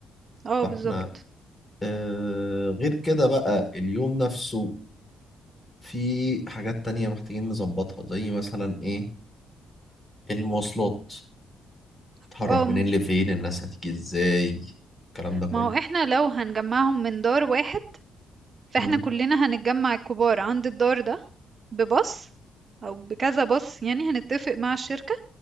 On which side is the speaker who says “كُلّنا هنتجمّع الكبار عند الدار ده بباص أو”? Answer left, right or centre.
Right